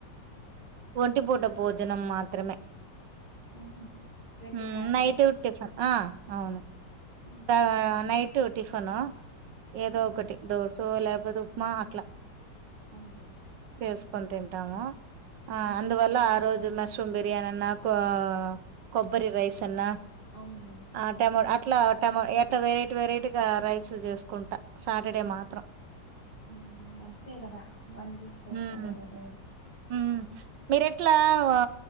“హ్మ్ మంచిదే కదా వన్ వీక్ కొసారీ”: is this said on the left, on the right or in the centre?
Left